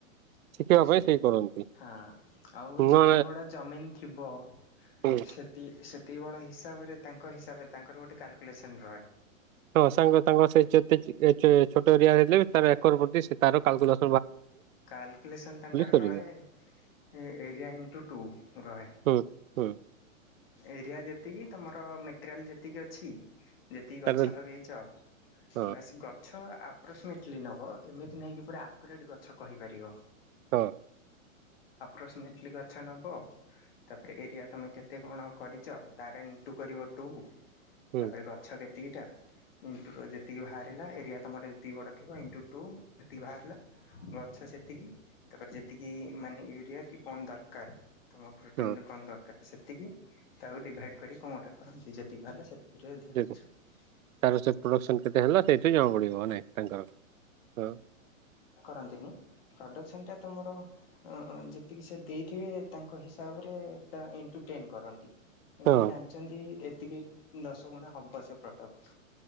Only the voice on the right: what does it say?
ଶିଖିବା
ପାଇଁ କରନ୍ତି
ନୂଆ
ହୁଁ
ତ ସାଙ୍ଗ ତାଙ୍କ ସେ ଯେତେ ଛୋଟ ଏରିଆ ହେଥିଲେ, ବି ତାର ଏକର ପ୍ରତି ସେ ତାର କାଲଗଲ
କରିବେ
ହୁଁ ହୁଁ
ତାର
ହଁ
ହଁ।
ହୁଁ
ହଁ
ଯେ-
ତାର ସେ ପ୍ରଡକ୍ସନ କେତେ ହେଲା ସେଇଠି ଜଣା ପଡିବ ନାଇଁ ତାଙ୍କର ହ।
ହଁ